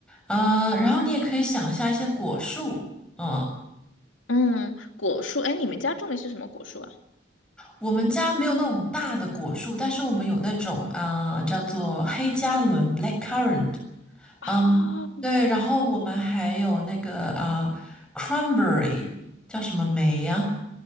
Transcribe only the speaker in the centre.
嗯，然后你也可以想一下一些果树，嗯。
我们家没有那种大的果树，但是我们有那种啊、呃叫做黑加仑 （blackcurrant），
嗯，对，然后我们还有那个啊、呃 cranberry，叫什么梅呀、